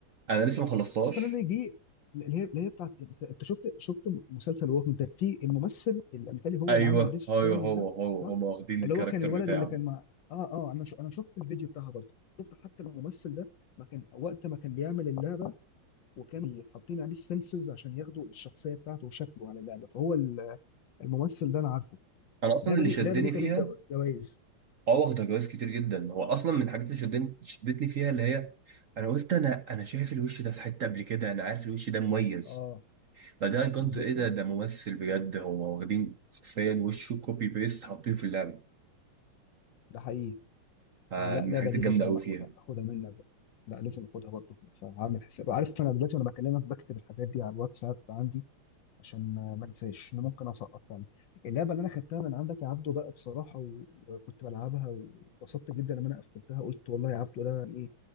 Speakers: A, on the right; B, on the left.
A: انا لسه ما خلصتهاش
B: استنى منك دي اللي هي اللي هي بتاعت انت انت شفت شفت مسلسل ووكينج ديد في الممثل اللي مثالي هو
A: ايوه
B: اللي عمل ديث ستراندنج
A: ايوه هو
B: ده
A: هو
B: صح
A: هم واخدين الكاركتر
B: اللي هو كان الولد
A: بتاعه
B: اللي كان مع اه اه انا شو... انا شفت الفيديو بتاعها برضه شفت حتى الممثل ده ما كان وقت ما كان بيعمل اللعبه وكان حاطين عليه السنسورز عشان ياخدوا الشخصيه بتاعته وشكله على اللعبه فهو ال- الممثل ده انا عارفه
A: انا اصلا
B: اللعبه
A: اللي
B: دي
A: شدني
B: اللعبه دي خدت
A: فيها
B: جو- جوائز
A: اه واخده جوائز كتير جدا هو اصلا من الحاجات اللي شدني شدتني فيها اللي هي انا قلت انا انا شايف الوش ده في حته قبل كده انا عارف الوش ده مميز
B: اه
A: فده كنت
B: بالظبط
A: ايه ده
B: اه
A: ده ممثل بجد هو واخدين حرفيا وشه كوبي بيست حاطينه في اللعبه
B: ده حقيقي
A: فمن
B: آه، لا اللعبه
A: الحاجات
B: دي
A: الجامده
B: لازم
A: قوي
B: اخدها
A: فيها
B: اخدها منك بقى. لا لازم اخدها برضه فهعمل حساب عارف انا دلوقتي وانا بكلمك بكتب الحاجات دي على الواتساب عندي عشان ما انساش انا ممكن اسقط فعلا اللعبه اللي انا خدتها من عندك يا عبدو بقى بصراحه و- وكنت بلعبها وانبسطت جدا لما انا قفلتها قلت والله يا عبدو ده ايه